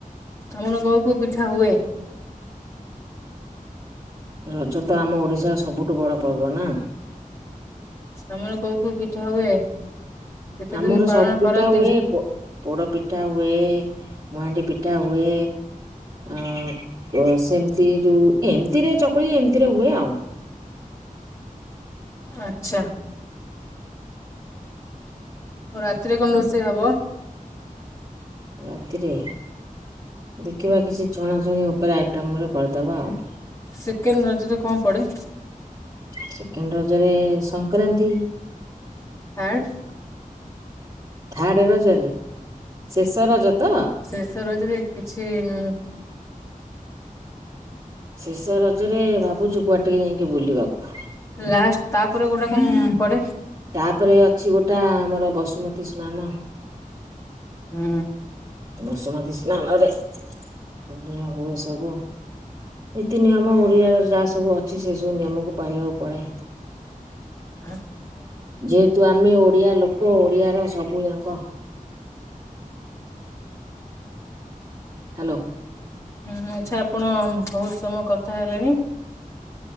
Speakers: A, on the left (about 20°); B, on the right (about 30°).
A: ତମର କୋଉ କୋଉ ପିଠା ହୁଏ।
B: ରଜ ତ ଆମ ଓଡ଼ିଶାର ସବୁଠୁ ବଡ଼ ପର୍ବ ନା।
A: ତମର କୋଉ କୋଉ ପିଠା ହୁଏ। କେତେ
B: ଆମର
A: ଦିନ ପାଳନ
B: ସବୁ ପିଠା
A: କରନ୍ତି?
B: ହୁଏ। ପୋ ପୋଡ଼ ପିଠା ହୁଏ ମହାଣ୍ଡି ପିଠା ହୁଏ। ଅ ଅ ସେମତି ଯୋଉ ଏମିତିରେ ଚକୁଳି ଏମିତିରେ ହୁଏ ଆଉ।
A: ଆଚ୍ଛା। ଆଉ ରାତିରେ କଣ ରୋଷେଇ ହବ?
B: ରାତିରେ ଦେଖିବା କିଛି ଛଣାଛୁଣି ଉପରେ ଆଇଟମରେ କରିଦେବା ଆଉ।
A: ସେକେଣ୍ଡ ରଜରେ କଣ ପଡେ?
B: ସେକେଣ୍ଡ ରଜରେ ସଂକ୍ରାନ୍ତି।
A: ଥାର୍ଡ଼?
B: ଥାର୍ଡ ରଜରେ ଶେଷ ରଜ ତ?
A: ଶେଷ ରଜରେ କିଛି ଉଁ
B: ଶେଷ ରଜରେ ଭାବୁଛୁ କୁଆଡେ ଟିକେ ଯାଇକି ବୁଲିବାକୁ।
A: ଲାଷ୍ଟ ତାପରେ ଗୋଟା କଣ ପଡ?
B: ତାପରେ ଅଛି ଗୋଟା ଆମର ବସୁମତୀ ସ୍ନାନ।
A: ହୁଁ।
B: ବସୁମତୀ ସ୍ନାନରେ ଅନ୍ୟ ହୁଏ ସବୁ। ନିତି ନିୟମ ଓଡିଆ ର ଯାହା ସବୁ ଅଛି ସେଇ ସବୁ ନିୟମକୁ ପାଳିବାକୁ ପଡେ।
A: ଆ
B: ଯେହେତୁ ଆମେ ଓଡିଆ ଲୋକ ଓଡିଆ ର ସବୁ ଯାଙ୍କ ହ୍ୟାଲୋ।
A: ହୁଁ ଆଛା ଆପଣ ବହୁତ ସମୟ କଥା ହେଲେଣି